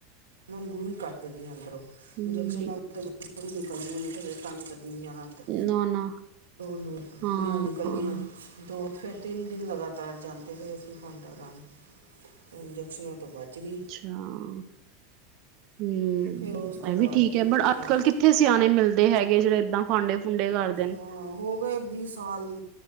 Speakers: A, on the right (about 85°); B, on the right (about 50°).
A: ਮੈਂ ਲੂੰ ਹੀ ਕੱਢ ਦੇਣੀ ਆ ਅੰਦਰੋਂ
B: ਹਮ
A: ਇੰਜਕਸ਼ਨ ਨਾਲ ਥੋੜ੍ਹੀ <unintelligible> ਨਿਕਲਣੀ ਨੀ ਹਜੇ ਤੰਗ ਕਰਨੀ ਨੀ ਜਾਦਾ।
B: ਨਾ ਨਾ
A: <unintelligible>
B: ਹਾਂ
A: ਨਿਕਲ ਗਈਆਂ ਦੋ ਫੇਰ ਤਿੰਨ ਦਿਨ ਲਗਾਤਾਰ ਜਾਂਦੇ ਰਏ ਅਸੀਂ ਫਾਂਡਾ ਕਰਾਨ ਤੇ ਇੰਜੈਕਸ਼ਨਾਂ ਤੋਂ ਬੱਚ ਗਈ।
B: ਆ ਹੂੰ
A: ਫਿਰ ਉਸ ਤੋਂ
B: ਐ
A: ਬਾਅਦ
B: ਵੀ ਠੀਕ
A: ਫਿਰ
B: ਐ ਬ
A: ਕੁੱਤਿਆਂ
B: ਅੱਜ ਕੱਲ
A: ਦਾ
B: ਕਿੱਥੇ ਸਿਆਣੇ ਮਿਲਦੇ ਹੈਗੇ ਜੇੜੇ ਏਦਾ। ਫਾੰਡੇ ਫੁੰਡੇ ਕਰ ਦੇਨ।
A: ਹਾਂ ਹੋ ਗਏ ਸਾਲ